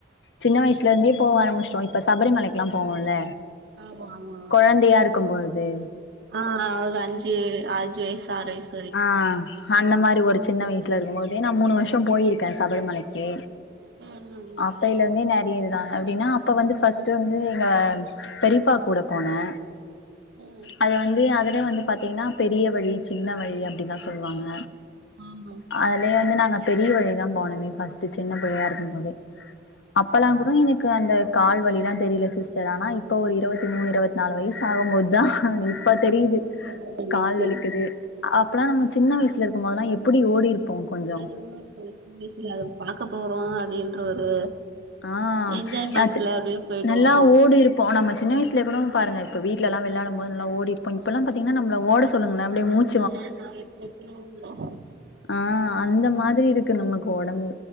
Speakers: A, on the left; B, on the right.
A: சின்ன வயசுல இருந்தே போக ஆரம்பிச்சுடோ இப்ப சபரிமலைக்குல்லா போவோல்ல
B: ஆமா ஆமா
A: கொழந்தையா இருக் க்கும்பொழுது
B: ஆ ஒரு அஞ்சு அஞ்சு வயிசு ஆறு வயிசு
A: ஆ அந்த மாரி ஒரு சின்ன வயசுல இருக்கும் போதே நா மூணு வருஷோ போயிருக்கே சபரிமலைக்கு
B: ம்
A: அப்பைல இருந்தே நெறைய இதுதா அப்டின்னா அப்போ வந்து ஃபஸ்ட்டு வந்து எங்க பெரியப்பா கூட போனே
B: ம் ம்
A: அது வந்து அதுலயே வந்து பாத்தீங்கன்னா பெரிய வழி சின்ன வழி அப்டிதா சொல்லுவாங்க
B: ஆமா
A: அதுலயே வந்து நாங்க பெரிய வழிதா போனோமே ஃபஸ்ட்டு சின்ன பிள்ளையா இருக்கும் போதே அப்பலா கூட எனக் கு அந்த கால்வலில்லா தெரில சிஸ்டர் ஆனா இப்ப ஒரு இருவத்தி மூணு இருவத் நாலு வய்ஸ் ஆகும்போத் தா இப்ப தெரியுது
B: ஆமா ம்
A: கால் வலிக்குது அப்லா நம்ம சின்ன வய்சுல இருக்க மோதுலா எப்புடி ஓடிருப்போ கொஞ்சோ
B: என்னாச் சொல்லு புடிக்கில அத பாக்க போறோ அப்டின்ற ஒரு
A: ஆ
B: என்ஜாய்மெண்ட்ல
A: ஆச்சு
B: அப்டியே போயிடுவோ
A: நல்லா
B: ஆ
A: ஓடிருக் போ நம்ம சின்ன வய்ஸ்ல கூடோ இப்ப பாருங்க இப்ப வீட்லலெல்லா விளாயடம் போது நல்லா ஓடிர்ப்போ இப்பல்லா பாத்திங்ன்னா நம்மள ஓட சொல்லுங்கள அப்டே மூச்
B: ஆ எத்தோன ஊந்துருவே
A: ஆ அந்த மாதிரி இருக்கு நமக்கு ஒடம்பு